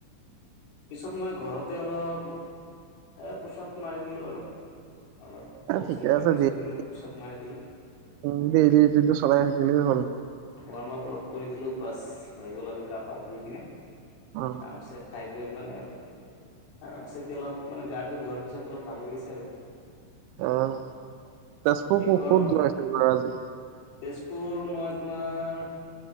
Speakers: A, on the left (about 75°); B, on the right (about 80°).
A: পিছত মই ঘৰতে অলপ এ পোচাপ মাৰি দিলোঁ আৰু। অলপ
B: অ
A: বক্সিং
B: ঠিকে
A: প্ৰেক্টিচ
B: আছে ডেইলি
A: কৰি ল'লো, পোচাপ মাৰি দিলোঁ।
B: <unintelligible> চলাই থাকিলেই হ'ল।
A: ৱাৰ্ম আপ অলপ কৰি দিলোঁ, বাচ হৈ গ'ল আৰু, গা পা ধুই কিনে,
B: অ
A: আৰামচে খাই সিমানেই আৰু আৰামচে অলপ মানে গাটো ধোৱাৰ পিছত অলপ ভাল লাগিছে আৰু।
B: অ', তেজপুৰ
A: এই
B: ক'ত,
A: গৰম
B: ক'ত যোৱা আছিল আজি?
A: তেজপুৰ মই তোমাৰ